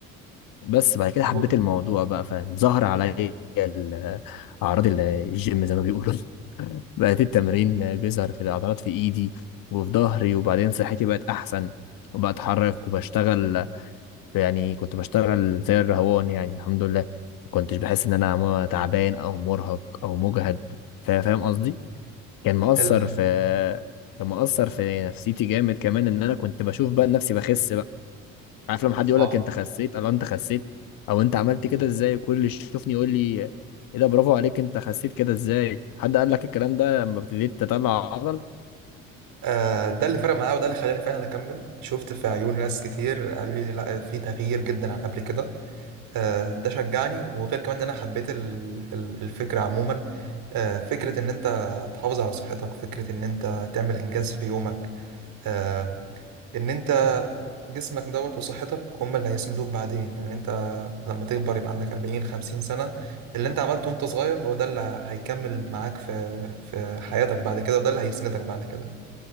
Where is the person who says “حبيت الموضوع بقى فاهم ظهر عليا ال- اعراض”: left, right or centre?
Left